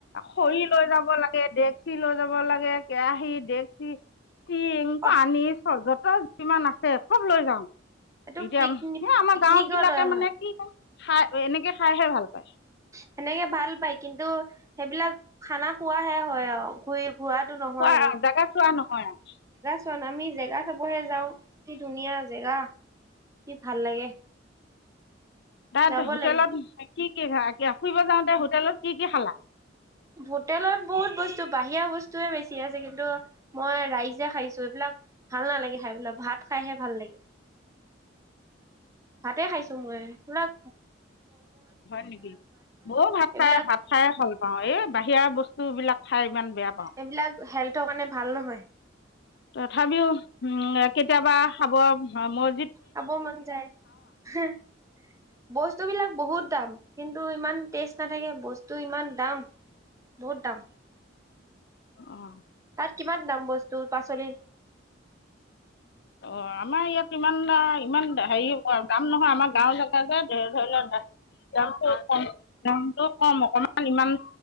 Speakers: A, on the left; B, on the right.
A: খৰি লৈ যাব লাগে, ডেকচি লৈ যাব লাগে। নিব লাগে কেৰাহি ডেকচি। টিং
B: সদ-
A: পানী চৰ্বত। চব যিমান আছে চব লৈ যাওঁ।
B: এইটো
A: এতিয়া
B: পিকনিক
A: এ আমাৰ
B: পিকনিকত
A: গাওঁ বিলাকে
B: হয়
A: মানে কি কম। খাই আৰু এনেকে খাই হে ভাল পা‌য়।
B: সেনেকে ভাল পায় কিন্তু, সেইবিলাক খানা খোৱা হে হয় আৰু ঘূৰি। ঘূৰাটো নহয়
A: হয় আৰু জাগা চোৱা নহয় আৰু।
B: কাৰণ আমি জেগা চাব হে যাওঁ। কি ধুনীয়া জেগা কি ভাল লাগে।
A: তাত
B: যাব
A: হোটেলত
B: লাগে
A: কি, কি খালা। এয়া ফুৰিব যাওঁতে হোটেলত কি, কি খালা।
B: হোটেলত বহুত বস্তু বাহিৰা বস্তুৱয়ে বেছি আছে ।কিন্তু মই ৰাইচ খাইছো। এইবিলাক ভাল নালাগে ।খাইপেলাই ভাত খাইহে ভাল লাগে ।ভাতে খাইছো মই ।এই বিলাক।
A: হয় নেকি মইও ভাত
B: এইবিলাক
A: খাই, ভাত খাই ভাল পাওঁ। অ এ বাহিৰা বস্তু। এই বিলাক খাই ইমান বেয়া পাওঁ।
B: এইবিলাক হেল্থৰ কাৰণে ভাল নহয় ।
A: তথাপিওঁ ওম কেতিয়াবা খাব মোৰ।
B: খাব মন যায় ওমহ বস্তু বিলাক বহুত দাম। কিন্তু ইমান টেষ্ট নাথাকে বস্তু ইমান দাম। বহুত দাম।
A: অঁ।
B: তাত কিমান দাম বস্তু পাচলি।
A: অঁ আমাৰ ইয়াত ইমান ইমান হেৰি দাম নহয়। আমাৰ গাওঁ জেগা যে, ধৰি লোৱা দামটো কম দামটো কম অকমান ইমান।